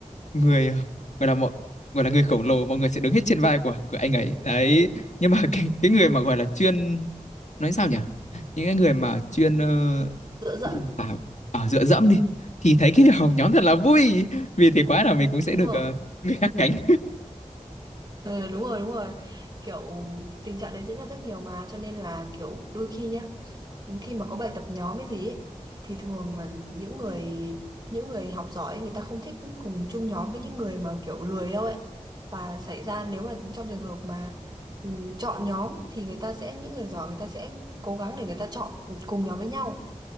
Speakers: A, on the left; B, on the right.
A: người ờ, gọi là mọi gọi là người khổng lồ mọi người sẽ đứng hết trên vai của của anh ấy đấy nhưng mà <laughs> cái cái người mà gọi là chuyên nói sao nhỉ những cái người mà chuyên ờ,
B: dựa dẫn.
A: à, ở dựa dẫm đi thì thấy cái việc học
B: ừ
A: <laughs> nhóm thật là vui vì thế quá là mình cũng sẽ
B: Đúng
A: được
B: rồi.
A: ờ, người khác cánh
B: Ờ, đúng rồi đúng rồi kiểu tình trạng đấy diễn ra rất nhiều mà cho nên là kiểu đôi khi nhá khi mà có bài tập nhóm hay gì ấy, thì thường mà những người những người học giỏi ấy, người ta không thích cùng chung nhóm với những người mà kiểu lười đâu ấy và xảy ra nếu mà trong trường hợp mà ừ, chọn nhóm thì người ta sẽ những người giỏi người ta sẽ cố gắng để người ta chọn cùng nhóm với nhau